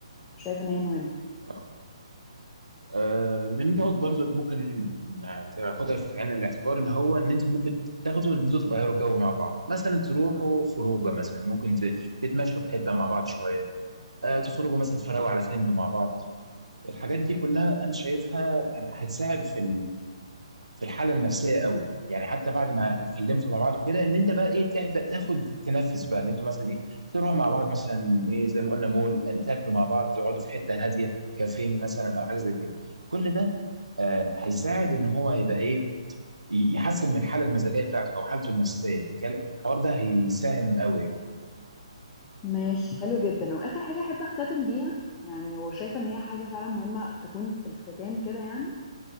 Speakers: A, on the left; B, on the right.
A: شايفه ان هي مهمه
B: آه. آه، من النقط برضو اللي ممكن يعني تاخدها في عين الاعتبار اللي هو ان انتوا ممكن تاخدوا ان انتوا تغيروا جو مع بعض مثلا تروحوا خروجه مثلا ممكن ت- تتمشوا في حته مع بعض شويه آه، تخرجوا مثلا تتفرجوا على فيلم مع بعض الحاجات دي كلها انا شايفها هتساعد في في الحاله النفسيه قوي يعني حتى بعد ما اتكلمتوا مع بعض وكده ان انت بقى ايه تبدا تاخد تنفس بقى ان انتوا مثلا ايه تروحوا مع بعض مثلا ايه زي ما قلنا مول تاكلوا مع بعض تقعدوا في حته هاديه كافيه مثلا او حاجه زي كده كل ده آه هيساعد ان هو يبقى ايه ي- يحسن من الحاله المزاجيه بتاعته او حالته النفسيه الكلام- الحوار ده هيساهم قوي يعني
A: ماشي حلو جدا واخر حاجه احب اختتم بيها يعني وشايفه ان هي حاجه فعلا مهمه تكون في الختام كده يعني